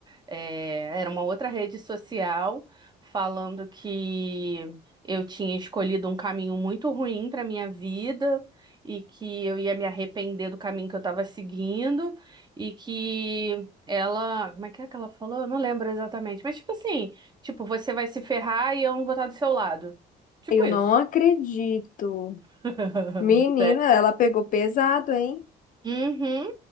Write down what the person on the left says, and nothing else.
Eu
não acredito.
Menina, ela pegou pesado, hein?